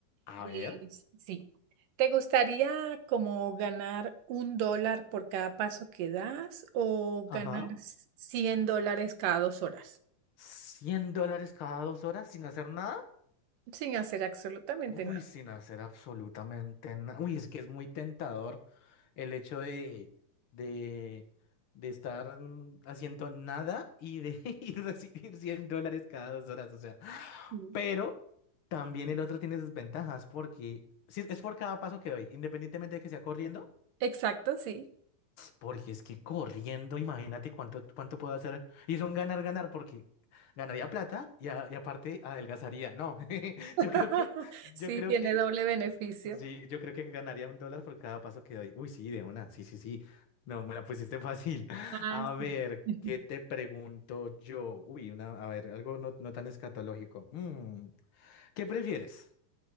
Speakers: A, on the left (about 50°); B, on the right (about 80°).
A: a
B: Eh,
A: ver,
B: sí. ¿Te gustaría como ganar un dólar por cada paso que das o
A: Ajá.
B: ganar c- 100 dólares cada dos horas
A: cien dólares cada dos horas sin hacer nada?
B: sin hacer absolutamente
A: Uy,
B: nada?
A: sin hacer absolutamente nada. Uy, es que es muy tentador el hecho de, de, de estar mm, haciendo nada y de <laughs> y recibir 100 dólares cada dos horas. O sea.
B: Mm.
A: Pero también el otro tiene sus ventajas porque sí, es por cada paso que doy, independientemente de que sea corriendo,
B: Exacto, sí.
A: porque es que corriendo, imagínate cuánto, cuánto puedo hacer. Y es un ganar, ganar, porque ganaría plata y, a- y aparte adelgazaría. No, <laughs>
B: <laughs>
A: yo creo que, yo
B: Sí,
A: creo
B: tiene
A: que,
B: doble beneficio.
A: sí, yo creo que ganaría un dólar por cada paso que doy. Uy, sí, de una, sí, sí, sí. No, me la pusiste fácil. <laughs>
B: Ah,
A: A ver,
B: sí. <laughs>
A: ¿qué te pregunto yo? Uy, una, a ver, algo no, no tan escatológico. Mm, ¿qué prefieres?